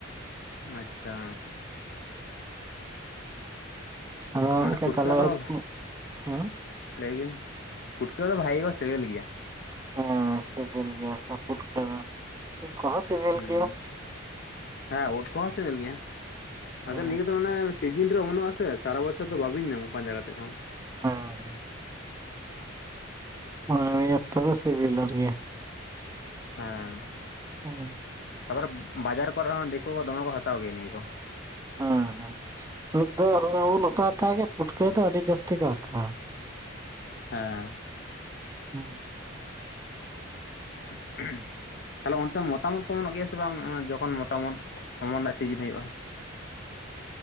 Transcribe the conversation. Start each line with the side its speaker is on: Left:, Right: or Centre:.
Left: ᱟᱪᱪᱷᱟ
Right: ᱟᱫᱚ
Left: ᱢᱟᱱᱮ
Right: ᱜᱚᱝᱠᱮ
Left: ᱯᱩᱴᱠᱟᱹ
Right: ᱛᱟᱦᱚᱞᱮ
Left: ᱫᱚ
Right: ᱦᱮᱸ
Left: ᱞᱟᱹᱭ ᱵᱤᱱ, ᱯᱩᱴᱠᱟᱹ ᱫᱚ ᱵᱷᱟᱜᱮ ᱜᱮ ᱠᱚ ᱥᱮᱵᱮᱞ ᱜᱮᱭᱟ
Right: ᱦᱮᱸ ᱥᱤᱵᱤᱞ ᱜᱮᱭᱟ ᱠᱟ ᱯᱩᱴᱠᱟᱹ ᱫᱚ ᱩᱫ ᱠᱚᱦᱚᱸ ᱥᱤᱵᱤᱞ
Left: ᱦᱩᱸ
Right: ᱜᱮᱭᱟ
Left: ᱦᱮᱸ ᱩᱫ ᱠᱚᱦᱚᱸ ᱥᱤᱵᱤᱞ ᱜᱮᱭᱟ
Right: ᱦᱮᱸ
Left: ᱟᱥᱚᱞ ᱱᱤᱭᱟᱹ ᱫᱚ ᱢᱟᱱᱮ ᱥᱤᱡᱤᱱ ᱨᱮ ᱚᱢᱚᱱᱚᱜ -ᱟ ᱥᱮ ᱥᱟᱨᱟ ᱵᱚᱪᱷᱚᱨ ᱫᱚ ᱵᱟᱵᱤᱱ ᱧᱟᱢᱟ ᱯᱟᱸᱡᱟ ᱠᱟᱛᱮᱫ ᱦᱚᱸ
Right: ᱦᱮᱸ ᱚᱸ ᱡᱷᱚᱛᱚ ᱫᱚ ᱥᱤᱵᱤᱞ ᱟᱣᱨᱤᱭᱟ
Left: ᱦᱮᱸ
Right: <inaudible>
Left: ᱛᱟᱯᱚᱨᱮ ᱵᱟᱡᱟᱨ ᱠᱚᱨᱮᱜ ᱦᱚᱸ ᱫᱮᱠᱩ ᱠᱚ ᱫᱚᱢᱮ ᱠᱚ ᱦᱟᱛᱟᱣ ᱜᱮᱭᱟ ᱱᱤᱭᱟᱹ ᱠᱚ
Right: ᱦᱩᱸ ᱦᱩᱸ ᱱᱤᱛ ᱫᱚᱜᱼ ᱦᱟᱛᱟᱣ ᱜᱮ ᱯᱩᱴᱠᱟᱹ ᱫᱚ ᱟᱹᱰᱤ ᱡᱟᱹᱥᱛᱤ ᱠᱚ ᱦᱟᱛᱣᱟ
Left: ᱦᱮᱸ
Right: ᱦᱩᱸ
Left: <unintelligible> ᱛᱟᱦᱞᱮ ᱚᱱᱛᱮ ᱢᱚᱛᱟᱢᱚᱱ ᱠᱚ ᱚᱢᱚᱱᱚᱜ ᱜᱮᱭᱟ ᱥᱮ ᱵᱟᱝ ᱡᱚᱠᱷᱚᱱ ᱢᱚᱛᱟᱢᱚᱱ ᱚᱢᱚᱱ ᱨᱮᱱᱟᱜ ᱥᱤᱡᱤᱱ ᱦᱩᱭᱩᱜᱼᱟ?